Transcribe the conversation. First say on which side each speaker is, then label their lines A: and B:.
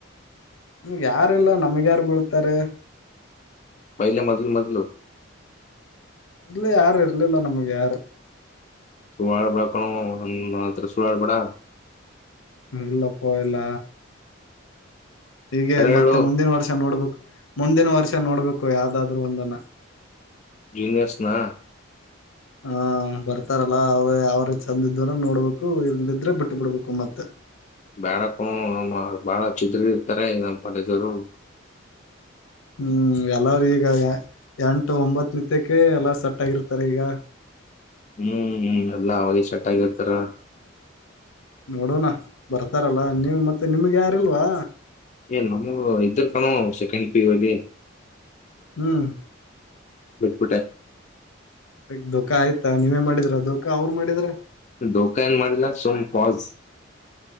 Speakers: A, on the left; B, on the left.
A: ಹ್ ಯಾರಲ್ಲ ನಮ್ಗ ಯಾರ್ ಬಿೀಳ್ತಾರೆ.
B: ಪಹಿಲ್ಯ ಮದಲ ಮದಲು.
A: ಮೊದ್ಲ ಯಾರು ಇರ್ಲಿಲ್ಲ ನಮ್ಗೆ ಯಾರು.
B: ಸುಳ್ಳ ಹೇಳ್ ಬೇಡಾ ಕಣೋ ನಾನ್ ಹತ್ರ ಸುಳ್ಳ ಹೇಳ್ ಬೇಡಾ.
A: ಇಲ್ಲ್ ಅಪ್ಪು ಇಲ್ಲ ಹೀಗೆ
B: ಕರೆ
A: ಮತ್ತೆ
B: ಹೇಳು
A: ಮುಂದಿನ ವರ್ಷ ನೋಡ್ಬೇಕ. ಮುಂದಿನ ವರ್ಷ ನೋಡ್ಬೇಕು ಯಾವ್ದಾದ್ರು ಒಂದನ್ನ.
B: ಜೂನಿಯರ್ಸ್ ನಾ.
A: ಹ ಬರ್ತಾರಲ್ಲ ಅವ ಯಾವ್ರ ಚೆಂದ ಇದಿದ್ರ ನೋಡ್ಬೇಕು ಇಲ್ದಿದ್ರೆ ಬಿಟ್ಟು ಬಿಡ್ಬೇಕು ಮತ್ತ.
B: ಬ್ಯಾಡಾ ಕಣೋ ನಮ್ಮ ಬಾಳ ಚಿತ್ರಿ ಇರ್ತಾರೆ ನಮ್ಮಕಡೆ ದವರು..
A: ಹ್ಮ್ ಎಲ್ಲಾರ ಈಗ ಎಂಟು ಒಂಬತ್ತ ನಿತ್ಯಕ್ಕೆ ಎಲ್ಲ ಸೆಟ್ ಆಗಿರ್ತಾರೆ ಈಗ.
B: ಹ್ಮ್ ಹ್ಮ್ ಎಲ್ಲಾ ಅವಗ ಸೆಟ್ ಆಗರ್ತಾರ.
A: ನೋಡೋಣ ಬರ್ತಾರಲ್ಲ ನೀವು ಮತ್ತೆ ನಿಮ್ಗೆ ಯಾರಲ್ವಾ.
B: ಏ ನಮಗ ಇದ್ರ ಕಣೋ ಸೆಕೆಂಡ್ ಪೀ ಯು ಅಲ್ಲಿ.
A: ಹ್ಮ್.
B: ಬಿಟ್ಟ ಬಿಟ್ಟೆ.
A: ಬಿಟ್ಟ ಧೋಕಾ ಆಯ್ತಾ ನೀವೇ ಮಾಡಿದ್ರ ಧೋಕಾ ಅವ್ರು ಮಾಡಿದ್ರ.
B: ಧೋಕಾ ಏನ್ ಮಾಡಿಲ್ಲ ಸುಮ್ ಪೋಸ್.